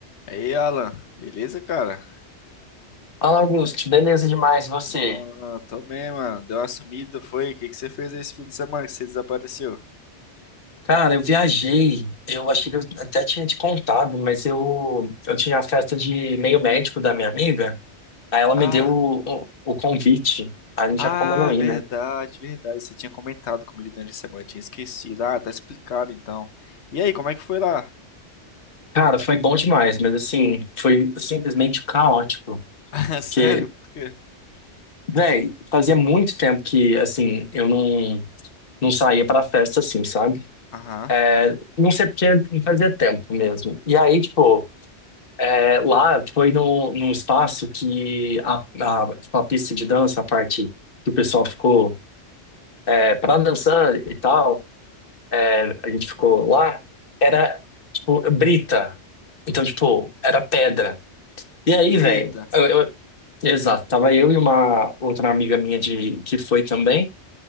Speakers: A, on the left; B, on the left.
A: E aí, Alan, beleza, cara?
B: Fala, Augusto. Beleza demais, você?
A: Ah, tô bem, mano. Deu uma sumida, foi? O que que você fez esse fim de semana que você desapareceu?
B: Cara, eu viajei. Eu achei que eu até tinha te contado, mas eu, eu tinha a festa de meio médico da minha amiga. Aí ela me
A: Ah,
B: deu o, o, o convite. Aí não tinha
A: ah,
B: como eu não ir,
A: verdade,
B: né?
A: verdade. Você tinha comentado comigo durante a semana, eu tinha esquecido. Ah, tá explicado então. E aí, como é que foi lá?
B: Cara, foi bom demais, mas assim, foi simplesmente caótico.
A: <laughs> Sério?
B: Porque,
A: Por quê?
B: véi, fazia muito tempo que, assim, eu não, não saía pra festa assim, sabe?
A: Aham.
B: É, não sei porque fazia tempo mesmo. E aí, tipo. É, lá foi num, num espaço que a, a, tipo, a pista de dança, a parte que o pessoal ficou é, para dançar e tal, é, a gente ficou lá, era tipo brita. Então, tipo, era pedra. E aí,
A: Eita.
B: velho, eu, eu- exato, tava eu e uma outra amiga minha de, que foi também,